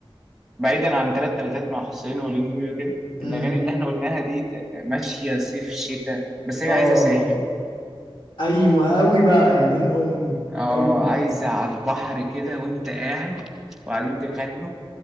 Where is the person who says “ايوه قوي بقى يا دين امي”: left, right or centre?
Left